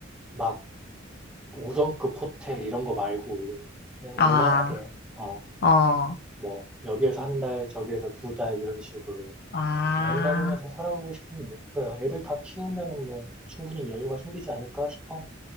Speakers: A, in the centre; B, on the left.
A: 막 5성급 호텔 이런 거 말고, 그냥
B: 아,
A: 노멀하게, 어,
B: 어,
A: 뭐, 여기에서 한 달, 저기에서 두 달 이런 식으로.
B: 아,
A: 여행 다니면서 살아보고 싶은 게 목표야. 애들 다 키우면은 뭐 충분히 여유가 생기지 않을까 싶어.